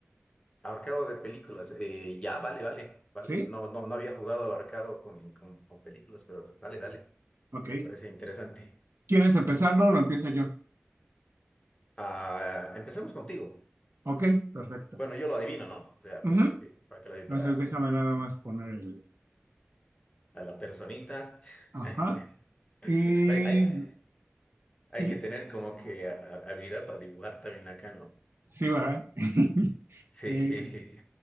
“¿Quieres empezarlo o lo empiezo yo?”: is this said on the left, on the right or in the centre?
Right